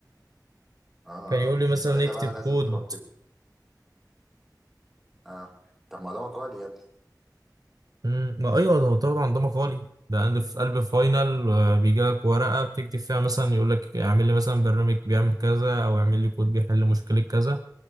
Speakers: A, in the centre; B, on the right.
A: اه
B: كان يقول لي
A: من
B: مثلا
A: ساعتها
B: اكتب
A: بقى لازم
B: كود
A: تروح كده اه طب ما ده مقالي يا ابني
B: مم. ما ايوه ده هو طبعا ده مقالي ده عندي في قلب فاينل بيجي لك ورقه بتكتب فيها مثلا يقول لك اعمل لي مثلا برنامج بيعمل كذا او اعمل لي كود بيحل مشكله كذا